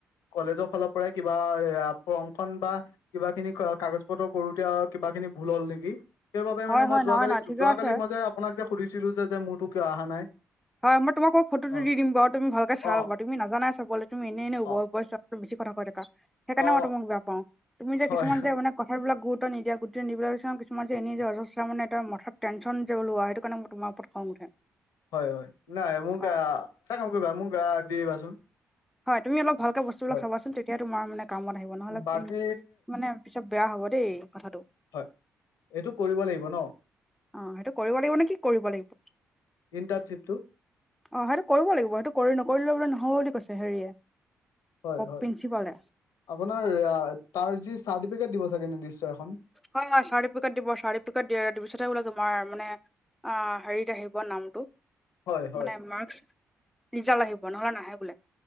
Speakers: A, on the left; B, in the centre.
A: কলেজৰ ফালৰপৰাই কিবা এ, ফমখন বা কিবাখিনি কাগজ পত্ৰ কৰোঁতে কিবাখিনি ভুল হ'ল নেকি। সেইবাবে
B: হয়
A: মানে
B: হয়
A: মই যোৱাকালি,
B: নহয় নহয় ঠিকে
A: যোৱাকালি
B: আছে
A: মই যে আপোনাক যে সুধিছিলো যে মোৰতো কিয় অহা নাই।
B: হয়, মই তোমাক ফ'টোটো
A: অ
B: দিম বাৰু তুমি ভালকে
A: অ
B: চাই লবা। তুমি নাজানাই চাবলৈ, তুমি এনে এনে
A: অ
B: বেছি কথা কৈ থাকা। সেইকাৰণে
A: অ
B: মই তোমাক বেয়া পাওঁ, তুমি যে
A: হয়
B: কিছুমান যে মানে কথাবিলাক গুৰুত্ব নিদিয়া, গুৰুত্ব নিবলৈ কিছুমান যে এনে যে অজচৰা মানেটা মাথাত টেনচন যে লোৱা সেই কাৰণে তোমাৰ ওপৰত খং উঠে।
A: হয়, হয়। নাই, মোক
B: হয়
A: গা এটা কাম কৰিবা মোক গা দি দিবাচোন।
B: হয়। তুমি অলপ ভালকে বছ <unintelligible>
A: হয়
B: চাবাচোন, তেতিয়া তোমাৰ মানে কামত আহিব। নহ'লে
A: বাকী
B: উ মানে পিছত বেয়া হ'ব দেই, কথাটো।
A: হয়। এইটো কৰিব লাগিব ন'?
B: অ, সেইটো কৰিব লাগিব নে কি কৰিব লাগিব?
A: ইণ্টাচিপটো
B: অ', সেইটো কৰিব লাগিব। সেইটো কৰি নকৰিলে বোলে নহ'ব বুলি কৈছে হেৰিয়ে।
A: হয়। হয়।
B: প্ৰিন্সিপালে
A: আপোনাৰ তাৰ যি চাৰ্টিফিকেট দিব চাগে নিৰ্দিশ্য এখন।
B: হয়। হয়। চাৰ্তিপিকেত দিব, চাৰ্তিপিকেত দিয়ে। পিছহে বোলে তোমাৰ মানে অ, হেৰিত আহিব নামটো
A: হয় হয়
B: মানে মাৰ্কচ ৰিজাল্ট আহিব, নহ'লে নাহে বোলে।